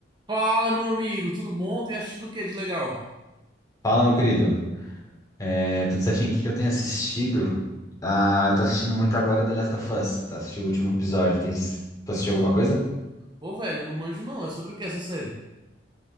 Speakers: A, on the right (about 25°); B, on the left (about 20°).
A: Fala, meu amigo, tudo bom? Tem assistido o que de legal?
B: Fala, meu querido. É, tudo certinho? O que que eu tenho assistido? Ah, eu tô assistindo muito agora The Last of Us. Tá assistindo o último episódio. Tem... Tu assistiu alguma coisa?
A: Ô, velho, eu não manjo não, é sobre o que essa série?